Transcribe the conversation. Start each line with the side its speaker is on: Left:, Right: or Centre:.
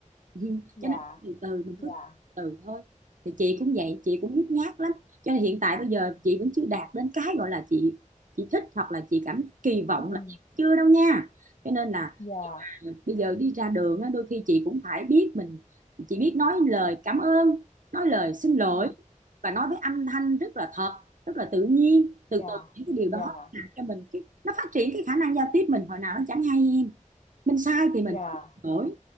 Right: Ừ,
Left: dạ,
Right: cho nên từ từ mình
Left: dạ.
Right: cứ từ từ thôi thì chị cũng vậy chị cũng nhút nhát lắm cho nên hiện tại bây giờ chị vẫn chưa đạt đến cái gọi là chị chị thích hoặc là chị cảm kỳ vọng
Left: Ừ,
Right: là chưa đâu nha cho nên là
Left: dạ.
Right: ừ, bây giờ đi ra đường á, đôi khi chị cũng phải biết mình chị biết nói lời cảm ơn nói lời xin lỗi
Left: Ừ,
Right: và nói với âm thanh rất là thật rất là tự nhiên từ
Left: dạ,
Right: từ những cái điều
Left: dạ,
Right: đó làm cho mình cái, nó phát triển cái khả năng giao tiếp mình hồi nào nó chẳng hay em mình sai thì mình
Left: dạ,
Right: có đổi